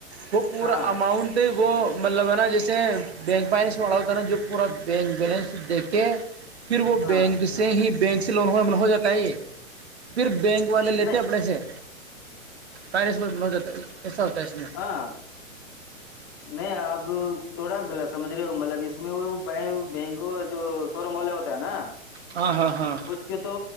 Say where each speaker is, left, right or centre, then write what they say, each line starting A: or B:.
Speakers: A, on the right; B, on the left.
A: <unintelligible> وہ پورا
B: ہاں
A: اماؤنٹ وہ مطلب ہے نا جیسے بینک فائنینس میں والا ہوتا ہے نا جو پورا بینک بیلنس دیکھے <unintelligible> پھر وہ
B: ہاں
A: بینک سے ہی <inaudible> بینک سے لون ہو ہو جاتا ہے یہ <inaudible> پھر بینک والے لیتے
B: نہیں
A: اپنے سے پیرس میں ہو جات ایسا ہوتا ہیں اس می
B: ہاں نہیں اب تھوڑا غلط سمجھ رہے ہو مطلب اس میں وہ بینک جو شو روم والے ہوتے ہے نا
A: ہاں ہاں ہاں
B: اس کے تو